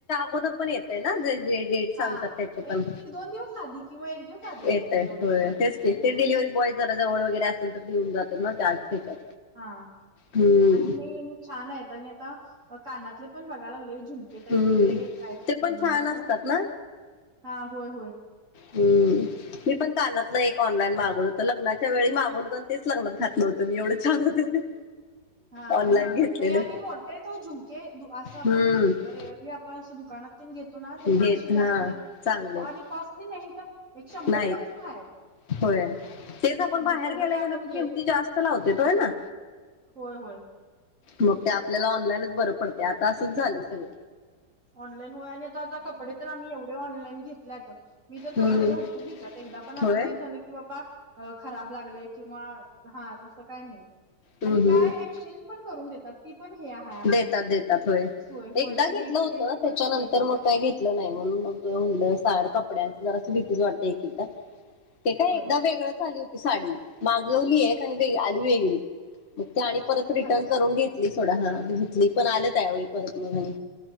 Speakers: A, on the left; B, on the right.
A: <unintelligible> येतय ना जे जे डेट
B: हा
A: सांगतात त्याचे पण,
B: एक दोन दिवस आधी किंवा एक दिवस आधी
A: येताय
B: येतोय एवढाच
A: होय.
B: फरक
A: तेच
B: आहे हम्म.
A: कि, ते डिलिव्ही बॉय जरा जवळ वगैरे असेल तर देऊन जात ना त्याच ह्याच्यात.
B: हा
A: हम्म
B: आणि नाही हे छान आहेत आणि आता कानातले पण बघायला लागले झुम ते टाईप
A: हम्म
B: मध्ये काय तर
A: ते पण
B: नवीन
A: छान
B: असं.
A: असतात ना
B: हा होय-होय.
A: हम्म. मी पण कानातलं एक ऑनलाईन मागवल होतं. लग्नाच्या वेळी मागवलं होतं, आणि तेच लग्नात घातलं होतं. पण एवढं छान होते ते.
B: हा
A: ऑनलाईन
B: आणि
A: घेतलेलं
B: नाइ आणि मोठेयत ओ झुमके, धुआसं आपण
A: हम्म
B: धुकारे आपण असं दुकानात तेन घेतो ना त्याच्यापेक्षा
A: घेत
B: जास्त
A: हा चांगलेत
B: आणि कॉस्टली नाही तर एक शंभर
A: नाहीत
B: पर्यंत हाय.
A: होय, तेच आपण बाहेर
B: तेवढं
A: घ्यायला
B: काय आपण
A: गेलो की,
B: घे
A: किमती जास्त लावतायेत होय ना.
B: होय होय.
A: मग ते आपल्याला ऑनलाईनच बरं पडते. आता असंच झालंय सगळ.
B: ऑनलाईन होय, आणि आता-आता कपडे तर आम्ही एवढे ऑनलाईन घेतल्यात मी तर
A: हम्म
B: कपडे भरपूर घेतल्यात. एकदा पण असं
A: होय
B: नाही झालं की कि बाबा खराब लागलय, किंवा हा तसं काय नाही.
A: हम्म
B: आणि काय
A: हम्म
B: एक्सचेंज पण करून देतात. ती पण हे आहे आपल्याकड,
A: देतात देतात होय
B: सोय होय,
A: एकदा
B: त्याने
A: घेतलं
B: एक्सचेंजची
A: होतं त्याच्यानंतर
B: पण सोय ठेवल्या.
A: मग काही घेतलं नाही म्हणून मग म्हणलं साड- कपड्यांच जरा भीतीच वाटत एक तिथं. ते काय
B: होय
A: एकदा वेगळंच आली होती साडी, मागवली एक आणि आली वेगळीच. मग ते आणि परत
B: असं
A: रिटर्न
B: झालं का
A: करून घेतली सोडा, हा घेतली पण आलं त्यावेळी परत मग आणि